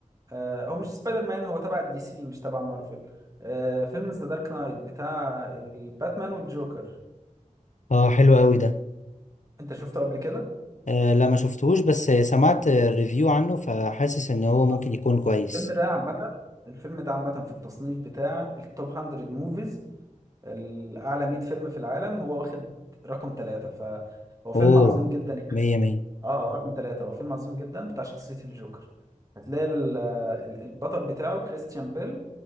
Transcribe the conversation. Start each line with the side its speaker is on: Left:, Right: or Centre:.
Right: آه، هو مش سبايدر مان هو تبع دي سي مش تبع مارفل آه، فيلم ذا دارك نايت بتاع الباتمان والجوكر
Left: اه حلو قوي ده
Right: انت شفته قبل كده
Left: آه، لا ما شفتهوش بس سمعت ريفيو عنه فحاسس ان هو ممكن
Right: بس
Left: يكون كويس
Right: الفيلم ده عامة الفيلم ده عامة في التصنيف بتاع التوب 100 موفيز الأعلى 100 فيلم في العالم هو واخد رقم ثلاثة فهو فيلم
Left: اوه
Right: عظيم جدا يعني
Left: مية مية
Right: اه هو رقم ثلاثة هو فيلم عظيم جدا بتاع شخصية الجوكر هتلاقي ال- ال- البطل بتاعه كريستيان بيل